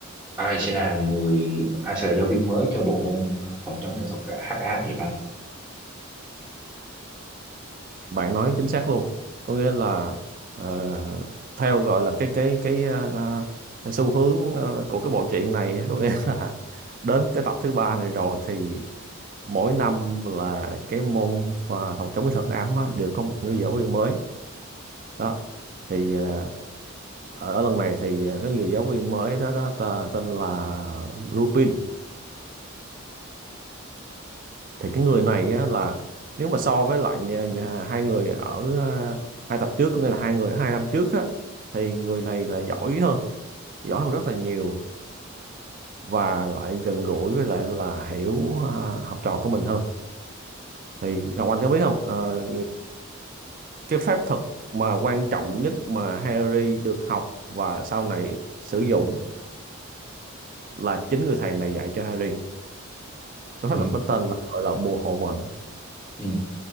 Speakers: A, in the centre; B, on the right (about 40°).
A: ai sẽ là người ai sẽ là giáo viên mới cho bộ môn phòng chống nghệ thuật hắc ám vậy Văn?
B: bạn nói chính xác luôn có nghĩa là ờ, theo gọi là cái cái cái, ờ, na- cái xu hướng ờ, của cái bộ truyện này có nghĩa là <laughs> đến cái tập thứ ba này rồi thì mỗi năm là cái môn và phòng chống cái thuật ám á, đều có một người giáo viên mới đó thì ờ, ở lần này thì ờ, cái người giáo viên mới đó, đó ta, tên là Lupin thì cái người này á, là nếu mà so với lại nhà, nhà, hai người ở ờ, hai tập trước có nghĩa là hai người hai năm trước á, thì người này là giỏi hơn giỏi hơn rất là nhiều và lại gần gũi với lại là hiểu ờ, học trò của mình hơn thì Ngọc Anh có biết không ờ, cái phép thuật mà quan trọng nhất mà Harry được học và sau này sử dụng là chính người thầy này dạy cho Harry cái
A: Ừ,
B: pháp luật nó tên là gọi là bồ hộ mệnh
A: ừ,